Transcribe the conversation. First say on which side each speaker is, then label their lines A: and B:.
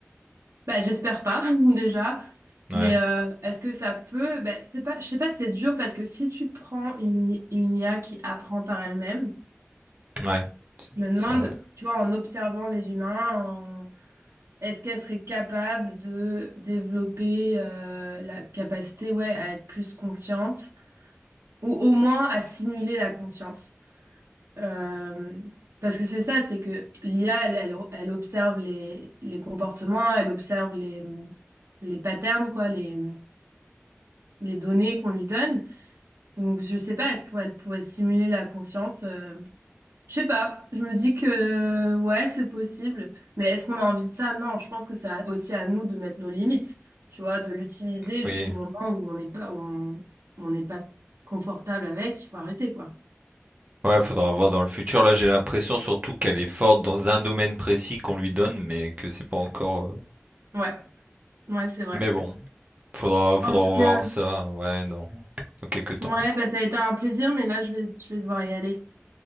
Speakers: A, on the right (about 75°); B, on the right (about 30°).
A: Bah, j'espère pas <laughs> déjà.
B: Ouais,
A: Mais euh, est-ce que ça peut? Bah, c'est pas, je sais pas, si c'est dur parce que si tu prends une, une IA qui apprend par elle-même,
B: ouais, c'est
A: je me demande,
B: c'est vrai.
A: tu vois, en observant les humains, en- est-ce qu'elle serait capable de développer euh, la capacité, ouais, à être plus consciente ou au moins à simuler la conscience? Euh, parce que c'est ça, c'est que l'IA, elle, elle, elle observe les, les comportements, elle observe les les patterns, quoi, les, les données qu'on lui donne. Donc, je sais pas, est-ce qu'elle pourrait simuler la conscience? euh, Je sais pas. Je me dis que, ouais, c'est possible. Mais est-ce qu'on a envie de ça? Non, je pense que c'est à- aussi à nous de mettre nos limites, tu vois, de l'utiliser
B: Oui.
A: jusqu'au moment où on n'est pas, où on, on n'est pas confortable avec. Il faut arrêter, quoi.
B: Ouais, faudra voir dans le futur. Là, j'ai l'impression surtout qu'elle est forte dans un domaine précis qu'on lui donne, mais que c'est pas encore. euh,
A: Ouais, ouais, c'est vrai.
B: Mais bon, faudra, faudra
A: En tout
B: revoir
A: cas,
B: ça, ouais, dans, dans quelques temps.
A: ouais, bah, ça a été un plaisir, mais là, je vais, je vais devoir y aller.